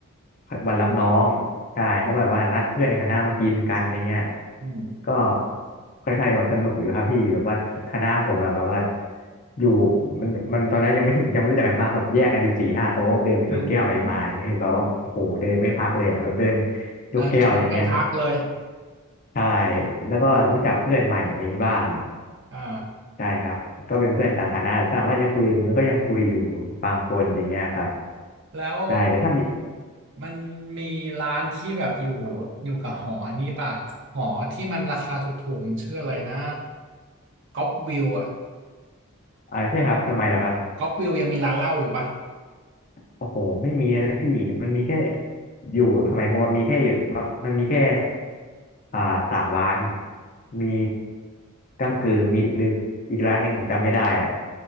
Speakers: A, on the left; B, on the right.
A: วันรับน้องใช่ก็แบบว่านัดเพื่อนในคณะมากินกันอะไรเงี้ย
B: อืม
A: ก็ค่อนข้างจะสนุกอยู่ครับพี่แบบว่าคณะผมอะแบบว่าอยู่มันมันตอนนั้นยังไม่ถึงยังไม่รู้จักกันมากแบบแยกกันอยู่สี่ห้าโต๊ะเดินไปชนแก้วไปมาอย่างเงี้ยแบบว่าโอ้โหเดินไม่พักเลยอะแบบเดิน
B: อืมอืมอืมเดินชนไม่พักเลย
A: ยกแก้วอะไรเงี้ยใช่แล้วก็รู้จักเพื่อนใหม่อะไรอย่างนี้บ้าง
B: อ่า
A: ใช่ครับก็เป็นเพื่อนต่างคณะถามว่ายังคุยอยู่มันก็ยังคุยอยู่บางคนอย่างเงี้ยครับ
B: แล้ว
A: ใช่แต่ถ้ามี
B: มันมีร้านที่แบบอยู่อยู่กับหออันนี้ป่ะหอที่มันราคาถูกๆมันชื่ออะไรนะก๊อปวิวอ่ะ
A: อ่าใช่ครับทำไมล่ะครับ
B: ก๊อปวิวยังมีร้านเหล้าอยู่ป่ะ
A: โอ้โหไม่มีนะพี่มันมีแค่อยู่สมัยผมอะมีแค่อยู่มันมีแค่อ่าสามร้านมีก้ำกึ่งมีดึกๆอีกร้านหนึ่งผมจำไม่ได้อะ